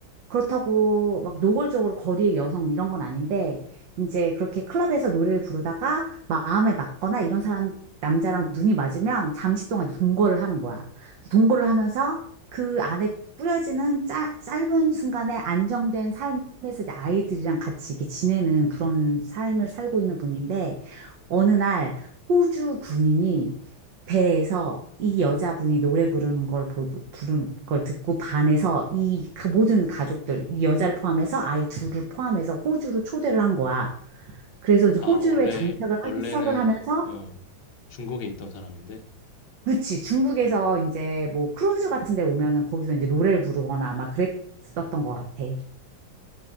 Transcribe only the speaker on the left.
아
원래
원래는
어 중국에 있던 사람인데.
아.
음음.